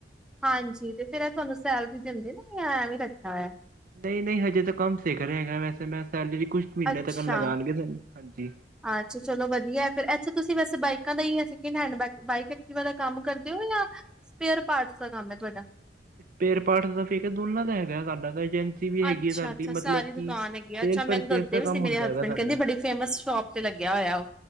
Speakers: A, in the centre; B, on the right (about 50°).
A: ਹਾਂਜੀ ਤੇ ਫਿਰ ਏਹ ਤੁਹਾਨੂੰ ਸੈਲਰੀ ਦਿੰਦੇ ਨੇ ਯਾ ਐ ਵੀ ਰੱਖਿਆ ਹੋਇਆ?
B: ਨਈ-ਨਈ ਹਜੇ ਤੇ ਕੰਮ ਸਿੱਖ ਰਿਹਾ ਹੈਗਾ। ਵੈਸੇ ਮੈਂ ਸੈਲਰੀ ਕੁੱਛਕ ਮਹੀਨੇ
A: ਅੱਛਾ।
B: ਤੱਕਨ ਲਗਾਉਣਗੇ <unintelligible> ਹਾਂਜੀ।
A: ਅੱਛਾ ਚਲੋ ਵਧੀਆ ਏ ਫੇਰ, ਅੱਛਾ ਤੁਸੀਂ ਵੈਸੇ ਬਾਈਕਾਂ ਦਾ ਈ ਯਾ ਸੇਕਿੰਡ ਹੈਡ ਬਾ ਬਾਇਕ ਐਕਟਿਵਾ ਦਾ ਕੰਮ ਕਰਦੇ ਹੋ? <unintelligible> ਸਪੇਅਰ ਪਾਰਟਸ ਦਾ ਕੰਮ ਹੈ ਤੁਹਾਡਾ?
B: ਪੇਅਰ ਪਾਠ ਦਾ ਫੇਕ ਏ, ਦੋਨਾਂ ਦਾ ਹੈਗਾ ਏ ਸਾਡਾ ਤਾਂ, ਏਜੰਸੀ ਵੀ ਹੈਗੀ
A: ਅੱਛਾ-ਅੱਛਾ
B: ਆ ਸਾਡੀ
A: ਸਾਰੀ
B: ਮਤਲਬ
A: ਦੁਕਾਨ
B: ਕਿ
A: ਹੈਗੀ ਆ
B: ਸੇਲ
A: ਅੱਛਾ ਮੈਨੂੰ
B: ਪਰਚੇਸ
A: ਦੱਸਦੇ
B: ਦਾ
A: ਬਏ ਸੀ
B: ਕੰਮ
A: ਮੇਰੇ
B: ਹੁੰਦਾ
A: ਹਸਬੈਂਡ,
B: ਹੈਗਾ ਸਾਡਾ
A: ਕਹਿੰਦੇ ਬੜੀ ਫੇਮਸ ਸ਼ੋਪ ਤੇ ਲੱਗਿਆ ਹੋਇਆ ਉਹ,